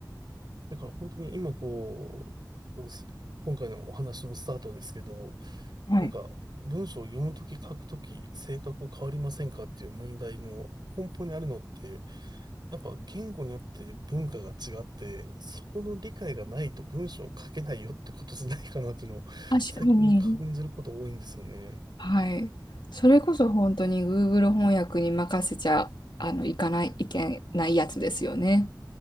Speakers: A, on the right; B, on the left.
A: だから本当に今こう、す今回のお話のスタートですけど、
B: はい。
A: なんか文章を読むとき書くとき性格変わりませんかっていう問題の根本にあるのってやっぱ言語によって文化が違って、そこの理解がないと文章を書けないよってことじゃないかなっていうのを最近感じること多いんですよね。
B: 確かに。はい。それこそ本当に Google 翻訳に任せちゃ、あの、いかない、いけないやつですよね。